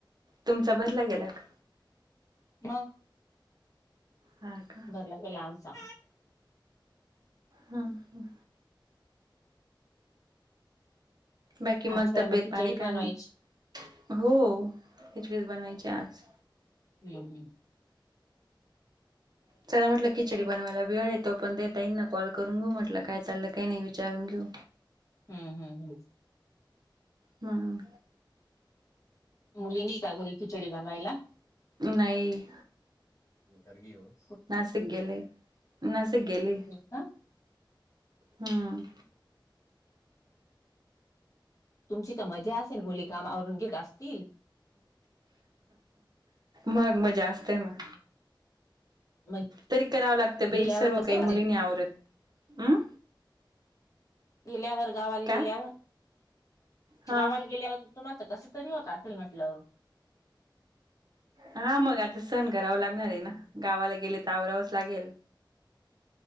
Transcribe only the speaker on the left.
मग.
<unintelligible> लामचा.
आज काय
खिचडीच
बनवायची.
हम्म हम्म.
हम्म हम्म हम्.
मुली नीइ का घरी खिचडी बनवायला?
<inaudible>
का?
तुमची तर मज्जा असेल मुली काम आवरून घेत असतील.
मग
गेल्यावर
तर
गेल्यावर गावाला
गेल्यावर
गावाला गेल्यावर तर तुम्हाला तर कसं तरी होत असल म्हटलं.